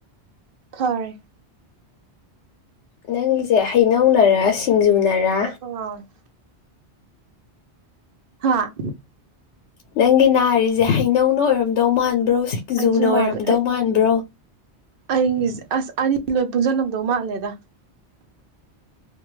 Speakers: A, on the right (about 60°); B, on the left (about 80°).
A: ꯈꯔ
B: ꯅꯪꯒꯤꯁꯦ ꯍꯩꯅꯧꯅꯔꯥ ꯁꯤꯡꯖꯨꯅꯔꯥ
A: ꯀꯣꯛꯀ ꯉꯥꯎꯔꯦ ꯍꯥꯥ
B: ꯅꯪꯒꯤ ꯅꯥꯔꯤꯁꯦ ꯍꯩꯅꯧꯅ ꯑꯣꯏꯔꯝꯗꯧ ꯃꯥꯟꯕ꯭ꯔꯣ ꯁꯤꯡꯖꯨꯅ
A: ꯑꯩꯁꯨ
B: ꯑꯣꯏꯔꯝꯗꯧ
A: ꯃꯥꯜꯂꯦ ꯑꯩ
B: ꯃꯥꯟꯕ꯭ꯔꯣ
A: ꯑꯩꯒꯤꯁꯦ ꯑꯁ ꯑꯅꯤ ꯂꯣꯏ ꯄꯨꯟꯁꯤꯜꯂꯝꯗꯧ ꯃꯥꯜꯂꯦꯗ